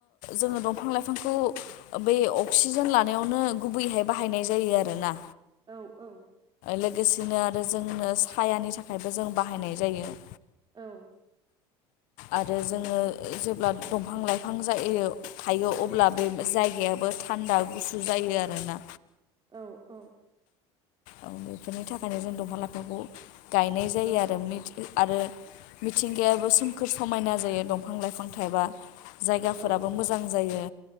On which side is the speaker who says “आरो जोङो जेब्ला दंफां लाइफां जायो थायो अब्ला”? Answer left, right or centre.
Left